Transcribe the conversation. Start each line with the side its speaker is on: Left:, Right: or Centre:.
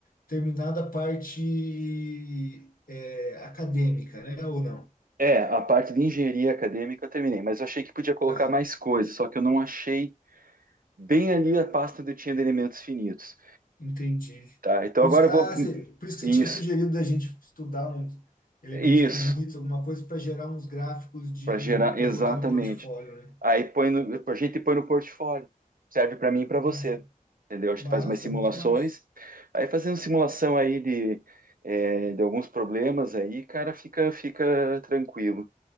Left: terminado a parte é, acadêmica, né? Ou não?
Right: É, a parte de engenharia acadêmica eu terminei, mas eu achei que podia colocar
Left: Tá,
Right: mais coisas, só que eu não achei bem ali a pasta onde eu tinha de elementos finitos.
Left: entendi.
Right: Tá, então
Left: Por
Right: agora
Left: isso que,
Right: eu
Left: ah,
Right: vou.
Left: você, por isso que
Right: Isso,
Left: você tinha sugerido da gente estudar uns elementos
Right: isso,
Left: finitos, alguma coisa para gerar uns gráficos de
Right: para gerar,
Left: para
Right: exatamente.
Left: botar no portfólio, né?
Right: Aí põe no, a gente põe no portfólio, serve para mim e para você,
Left: Entendi.
Right: entendeu? A gente
Left: Massa,
Right: faz umas simulações,
Left: muito massa.
Right: aí fazendo simulação aí de, é, de alguns problemas aí, cara, fica, fica tranquilo.